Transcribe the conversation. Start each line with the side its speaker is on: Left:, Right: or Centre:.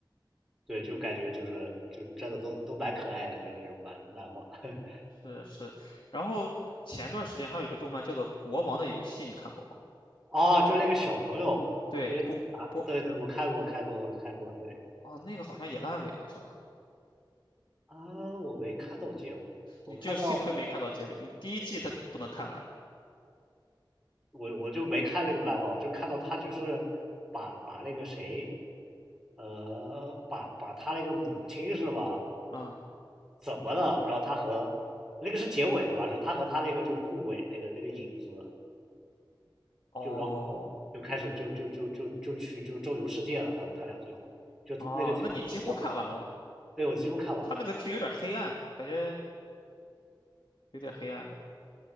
Centre: 对，就感觉就是就真的都都蛮可爱的，就这种漫漫画。<laughs>
Left: 是是。然后前段时间还有一个动漫叫做《国王的游戏》，你看过吗？
Centre: 哦，就那个小朋友，
Left: 对，
Centre: 就那个男，
Left: 不不，
Centre: 对对，我看过看过看过，对
Left: 哦，那个好像也烂尾了，是吧？
Centre: 啊，我没看到结尾，我看到
Left: 你就幸亏没看到结尾，你第一季它就不能看完。
Centre: 我我就没看那个漫画，我就看到他就是把把那个谁，呃，把把他那个母亲是吧？
Left: 嗯，
Centre: 怎么了？然后他和那个是结尾了吧？是他和他那个就护卫那个那个影子，
Left: 哦
Centre: 就然后就开始就就就就就去就周游世界了。他他俩最后就那个前面你看过吗？
Left: 哦，那你几乎看完了。
Centre: 对，我几乎看完。
Left: 它那个剧有点黑暗，感觉有点黑暗的